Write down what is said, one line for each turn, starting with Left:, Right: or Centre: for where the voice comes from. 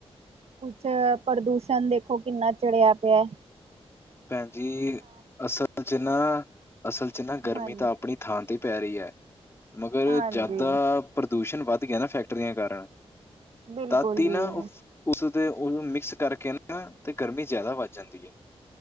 Right: ਕੁਛ ਪ੍ਰਦੂਸ਼ਣ ਦੇਖੋ ਕਿੰਨਾ ਚੜਿਆ ਪੇਆ।
Left: ਭੈਣਜੀ ਅਸਲ ਚ ਨਾ ਅਸਲ ਚ ਨਾ ਗਰਮੀ
Right: ਹਾਂਜੀ
Left: ਤਾਂ ਅਪਣੀ ਥਾਂ ਤੇ ਪੈ ਰਿਐ, ਮਗਰ
Right: ਹਾਂਜੀ
Left: ਜਾਦਾ ਪ੍ਰਦੂਸ਼ਣ ਵੱਧ ਗਿਆ ਨਾ ਫੈਕਟਰੀਆਂ ਕਾਰਨ
Right: ਬਿਲਕੁਲ
Left: ਤਦ ਈ
Right: ਜੀ
Left: ਨਾ ਓ ਉਸਦੇ ਓਹੂੰ ਮਿਕਸ ਕਰਕੇ ਤੇ ਗਰਮੀ ਜਾਦਾ ਵੱਧ ਜਾਂਦੀ ਐ।